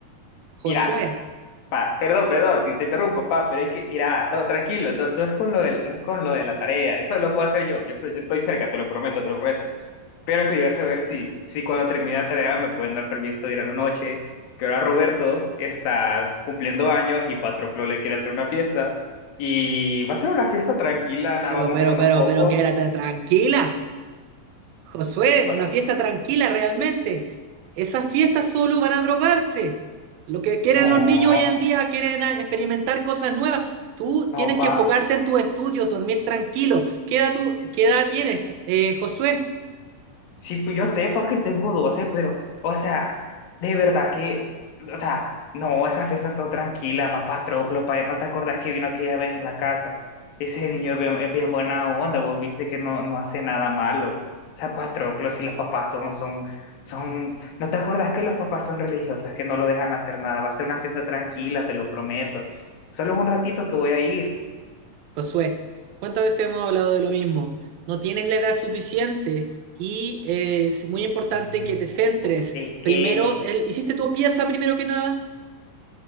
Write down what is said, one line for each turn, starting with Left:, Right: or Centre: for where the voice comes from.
Right: Josué,
Left: Mira, Pa, perdón, perdón, te te interrumpo, pa, pero es que, mira, no, tranquilo, no, no es con lo del- no es con lo de la tarea, eso lo puedo hacer yo, yo estoy, yo estoy cerca, te lo prometo, te lo prometo. Pero quería saber si, si cuando termine la tarea me pueden dar permiso de ir a la noche, que ahora Roberto está cumpliendo años y Patroclo le quiere hacer una fiesta, y va a ser una fiesta tranquila,
Right: pero,
Left: nada, vamos
Right: pero,
Left: a ir unos
Right: pero,
Left: pocos.
Right: pero, quédate tranquila. Josué,
Left: ¿Qué pasó?
Right: una fiesta tranquila realmente. Esas fiestas solo van a drogarse. Lo que quieren
Left: No,
Right: los niños hoy en día, quieren ah, experimentar cosas nuevas. Tú
Left: no,
Right: tienes
Left: pa.
Right: que enfocarte en tus estudios, dormir tranquilo. ¿Qué edad, tú, qué edad tienes, eh, Josué?
Left: Sí, pues yo sé porque tengo 12 pero, o sea, de verdad que, o sea, no, esas fiestas son tranquilas, papá Troclo para ¿no te acordás que vino aquella vez en la casa? Ese niño es bien, es bien buena onda, vos viste que no, no hace nada malo. O sea, Patroclo, si los papás son, son, son, ¿no te acordás que los papás son religiosos, que no lo dejan hacer nada? Va a ser una fiesta tranquila, te lo prometo. Solo es un ratito que voy a ir.
Right: Josué, ¿cuántas veces hemos hablado de lo mismo? No tienes la edad suficiente y eh, es muy importante
Left: Mm,
Right: que te
Left: qué
Right: centres.
Left: gesto pequeño.
Right: Primero, el- hiciste tu pieza primero que nada.